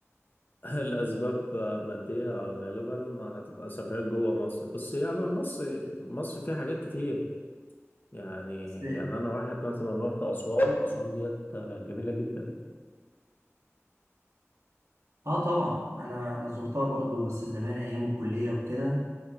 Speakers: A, on the left; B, on the right.
A: <laughs> الأسباب مادية غالبا هتبقى سفريات جوه مصر بس يعني مصر مصر فيها حاجات كتير يعني
B: بس
A: يعني أنا واحد مثلا رحت أسوان أسوان ديت جميلة جدا
B: آه طبعا أنا أنا زرتها برضو بس زمان أيام الكلية وكده